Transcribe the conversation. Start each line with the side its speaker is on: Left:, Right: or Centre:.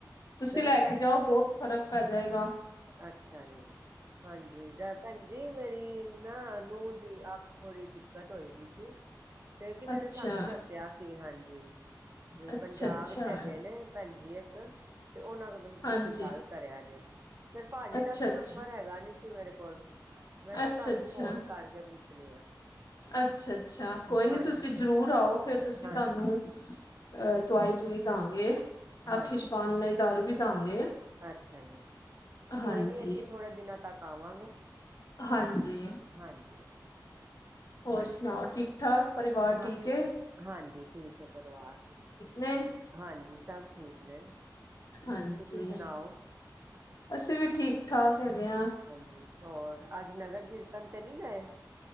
Left: ਤੁਸੀਂ
Right: ਦਰਅਸਲ
Left: ਲੈ ਕੇ ਜਾਓ ਬਹੁਤ ਫ਼ਰਕ ਪੈ ਜਾਏਗਾ।
Right: ਅੱਛਾ ਜੀ ਹਾਂਜੀ ਲੈ ਭੈਣਜੀ ਮੇਰੀ ਨਾ ਨੂੰਹ ਦੀ ਅੱਖ ਥੋੜ੍ਹੀ ਦਿੱਕਤ ਹੋਈ ਗੀ ਸੀ ਤੇ ਕਿਸੇ
Left: ਅੱਛਾ
Right: ਨੇ ਸਾਨੂੰ ਦੱਸ ਦੱਸਿਆ ਸੀ। ਹਾਂਜੀ ਵੀ
Left: ਅੱਛਾ
Right: ਪੰਜਾਬ
Left: ਅੱਛਾ
Right: ਚ ਹੈਗੇ ਨੇ ਭੈਣਜੀ ਇੱਕ ਤੇ ਉਹਨਾਂ
Left: ਹਾਂਜੀ
Right: ਤੁਸੀਂ ਗੱਲ ਕਰਿਆ ਜੇ ਫਿਰ ਭਾਜੀ
Left: ਅੱਛਾ
Right: ਦਾ ਤੇ
Left: ਅੱਛਾ
Right: ਨੰਬਰ ਹੈਗਾ ਨੀਸੀ ਮੇਰੇ ਕੋਲ। ਮੈਂ ਕਿਹਾ
Left: ਅੱਛਾ-ਅੱਛਾ,
Right: ਤੁਆਨੂੰ ਫੋਨ ਕਰਕੇ ਪੁੱਛਣੀ ਆ
Left: ਅੱਛਾ-ਅੱਛਾ ਕੋਈ ਨੀ
Right: ਹਾਂਜੀ
Left: ਤੁਸੀਂ ਜਰੂਰ ਆਓ ਫੇਰ ਤੁਸੀਂ
Right: ਹਾਂਜੀ
Left: ਤੁਆਨੂੰ ਅ ਦਵਾਈ ਦਵੂਈ ਦਾਂਗੇ,
Right: ਹਾਂਜੀ
Left: ਅੱਖ ਚ ਪਾਣ ਲਈ ਦਾਰੂ ਵੀ ਦਾਂਗੇ।
Right: ਅੱਛਾ ਜੀ, ਕੋਈ
Left: ਹਾਂਜੀ।
Right: ਨੀ ਅਸੀਂ ਥੋੜੇ ਦਿਨਾਂ ਤੱਕ ਆਵਾਂਗੇ।
Left: ਹਾਂਜੀ।
Right: ਹਾਂਜੀ
Left: ਹੋਰ
Right: ਹਾਂਜੀ
Left: ਸੁਣਾਓ, ਠੀਕ-ਠਾਕ ਪਰਿਵਾਰ
Right: ਹਾਂ
Left: ਠੀਕ ਐ?
Right: ਹਾਂਜੀ ਠੀਕ ਐ ਪਰਿਵਾਰ
Left: ਨੇ
Right: ਹਾਂਜੀ ਸਭ ਠੀਕ ਨੇ।
Left: ਹਾਂਜੀ,
Right: ਤੁਸੀਂ ਸੁਣਾਓ
Left: ਅਸੀਂ ਵੀ ਠੀਕ ਠਾਕ ਹੈਗੇ ਆ।
Right: ਹਾਂਜੀ, ਹੋਰ ਅੱਜ ਨਗਰ ਕੀਰਤਨ ਤੇ ਨੀ ਗਏ।